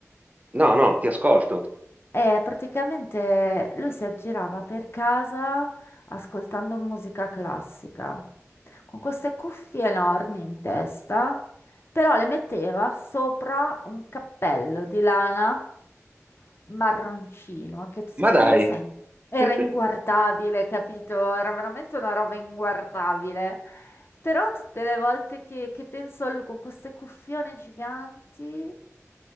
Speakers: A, on the right; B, on the left.
A: no, no, ti ascolto.
B: E praticamente lui si aggirava per casa ascoltando musica classica, con queste cuffie enormi in testa, però le metteva sopra un cappello di lana marroncino, che se
A: Ma
B: ci
A: dai.
B: pensa in- era
A: <laughs>
B: inguardabile, capito? Era veramente una roba inguardabile. Però tutte le volte che, che penso a lui con queste cuffione giganti...